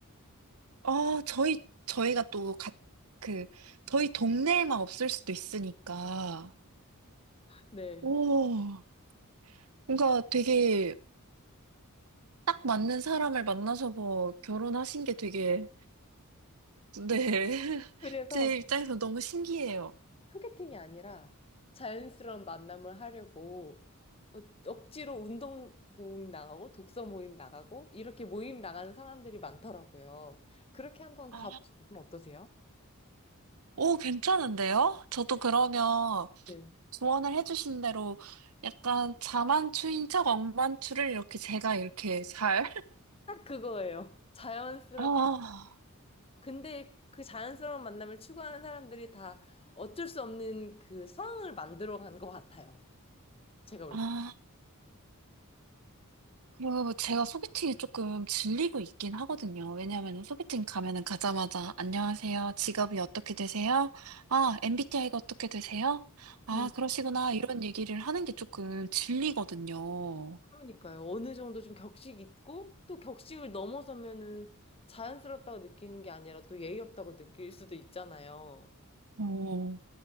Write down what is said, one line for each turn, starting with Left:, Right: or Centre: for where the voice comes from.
Right: 어, 저희, 저희가 또 가, 그, 저희 동네에만 없을 수도 있으니까,
Left: 네.
Right: 오, 뭔가 되게 딱 맞는 사람을 만나서 뭐 결혼하신 게 되게, 네. <laughs>
Left: 그래서
Right: 제 입장에서 너무 신기해요.
Left: 소개팅이 아니라 자연스러운 만남을 하려고 어- 억지로 운동 모임 나가고 독서 모임 나가고 이렇게 모임 나가는 사람들이 많더라고요. 그렇게 한번
Right: 아,
Left: 가보시면 어떠세요?
Right: 오, 괜찮은데요? 저도 그러면
Left: 네.
Right: 조언을 해주신 대로 약간 자만추인 척 억만추를 이렇게 제가 이렇게 잘,
Left: 딱 그거예요. 자연스럽지만
Right: <laughs> 아,
Left: 근데 그 자연스러운 만남을 추구하는 사람들이 다 어쩔 수 없는 그 상황을 만들어 간 것 같아요. 제가 볼
Right: 아. 그리고 제가 소개팅이 조금 질리고 있긴 하거든요. 왜냐하면 소개팅 가면은 가자마자 안녕하세요. 직업이 어떻게 되세요? 아, MBTI가 어떻게 되세요? 아,
Left: 때.
Right: 그러시구나. 이런 얘기를 하는 게 조금 질리거든요.
Left: 그러니까요. 어느 정도 좀 격식 있고 또 격식을 넘어서면은 자연스럽다고 느끼는 게 아니라 또 예의 없다고 느낄 수도 있잖아요.
Right: 어,